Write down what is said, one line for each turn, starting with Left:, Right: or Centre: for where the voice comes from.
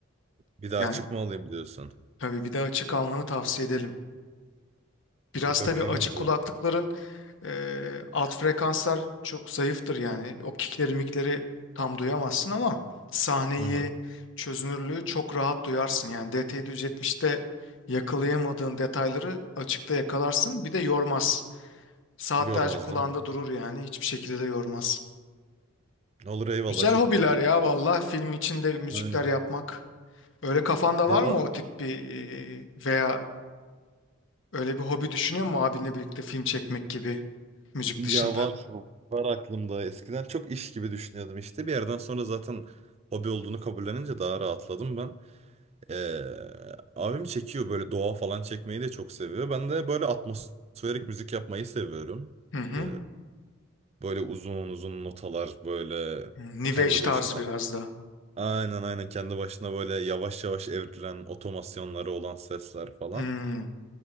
Right: Bir daha
Left: Yani
Right: çıkma olayım diyorsun.
Left: tabii bir de açık almanı tavsiye ederim.
Right: Bir
Left: Biraz
Right: bakayım.
Left: tabii açık
Right: bakayım.
Left: kulaklıkların e, alt frekanslar çok zayıftır yani. O kickleri mikleri tam duyamazsın ama sahneyi,
Right: Hı hı.
Left: çözünürlüğü çok rahat duyarsın. Yani DT770'te yakalayamadığın detayları açıkta yakalarsın. Bir de yormaz. Saatlerce
Right: Görmez
Left: kulağında
Right: değil mi?
Left: durur yani. Hiçbir şekilde de yormaz.
Right: Olur eyvallah
Left: Güzel
Right: çok
Left: hobiler
Right: iyi.
Left: ya valla. Film içinde müzikler
Right: Aynen.
Left: yapmak. Öyle kafanda
Right: Ya,
Left: var mı o tip bir e, veya öyle bir hobi düşünüyor musun abinle birlikte film çekmek gibi müzik
Right: Ya
Left: dışında?
Right: var var aklımda. Eskiden çok iş gibi düşünüyordum işte. Bir yerden sonra zaten hobi olduğunu kabullenince daha rahatladım ben. Ee, abim çekiyor böyle doğa falan çekmeyi de çok seviyor. Ben de böyle atmosferik müzik yapmayı seviyorum.
Left: Hı hı.
Right: Ee, böyle uzun uzun notalar böyle
Left: Hmm, New
Right: kendi
Left: Age
Right: başına
Left: tarzı biraz da.
Right: aynen aynen kendi başına böyle yavaş yavaş evrilen otomasyonları olan sesler falan.
Left: Hmm,